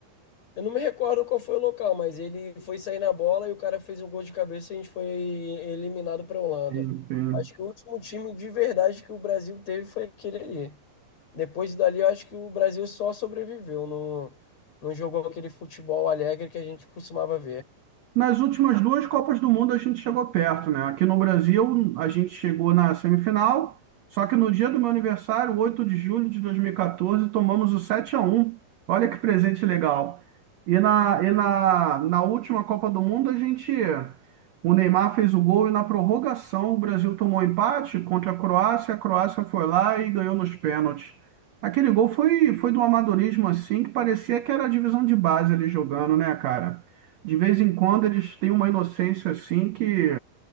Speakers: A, on the left; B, on the right.
A: Eu não me recordo qual foi o local, mas ele foi sair na bola e o cara fez um gol de cabeça e a gente foi eliminado para a Holanda.
B: Enfim.
A: Acho que o último time de verdade que o Brasil teve foi aquele ali. Depois dali, eu acho que o Brasil só sobreviveu, não, não jogou aquele futebol alegre que a gente costumava ver.
B: Nas últimas duas Copas do Mundo a gente chegou perto, né? Aqui no Brasil a gente chegou na semifinal, só que no dia do meu aniversário, oito de julho de 2014, tomamos o 7 a um. Olha que presente legal. E na, e na, na última Copa do Mundo a gente o Neymar fez o gol e na prorrogação o Brasil tomou empate contra a Croácia, a Croácia foi lá e ganhou nos pênaltis. Aquele gol foi foi de um amadorismo assim que parecia que era a divisão de base ali jogando, né, cara? De vez em quando eles têm uma inocência assim que